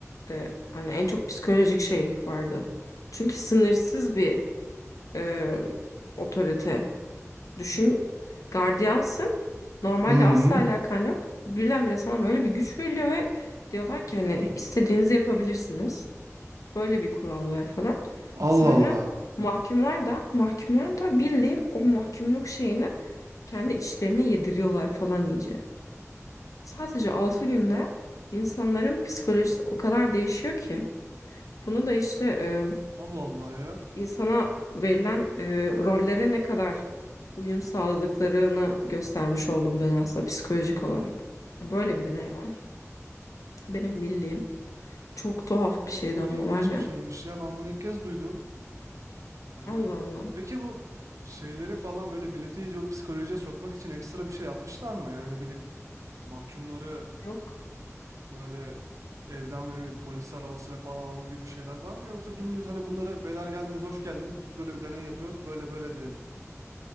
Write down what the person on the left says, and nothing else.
de hani en çok psikolojik şey vardı. Çünkü sınırsız bir e, otorite. Düşün gardiyansın normalde
asla alakan yok. Birdenbire sana böyle bir güç veriliyor ve diyorlar ki hani istediğinizi yapabilirsiniz. Böyle bir kural var falan.
Sonra
mahkumlar da mahkumlar da bildiğin o mahkumluk şeyini kendi içlerine yediriyorlar falan iyice. Sadece 6 günde insanların psikolojisi o kadar değişiyor ki. Bunu da işte e,
insana verilen e, rollere ne kadar uyum sağladıklarını göstermiş oldu bu deney aslında psikolojik olarak. Böyle bir deney var. Benim bildiğim çok tuhaf
bir şeydi
ama
var ya.
Allah Allah.
Yok.